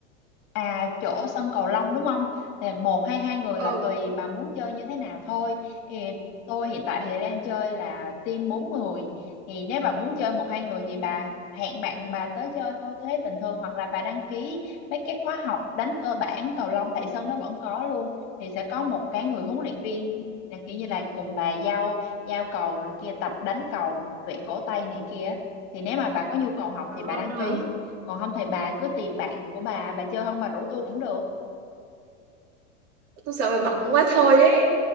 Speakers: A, on the left; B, on the right.
A: À chỗ sân cầu lông đúng không? Thì một hay hai người
B: ừ
A: là tùy bà muốn chơi như thế nào thôi. Thì tôi hiện tại thì đang chơi là team bốn người. Thì nếu bà muốn chơi một hai người
B: Ừ.
A: thì bà hẹn bạn bà tới chơi thôi. Tôi thấy bình thường hoặc là bà đăng ký mấy cái khóa học đánh cơ bản cầu lông tại sân đó vẫn có luôn. Thì sẽ có một cái người huấn luyện viên là kiểu như là cùng bà giao giao cầu rồi kia tập đánh cầu, luyện cổ tay này kia. Thì nếu mà bà có nhu cầu học
B: à,
A: thì bà đăng ký còn không thì bà cứ tìm bạn của bà bà chơi không bà rủ tôi cũng được
B: tôi sợ bà bận quá thôi ấy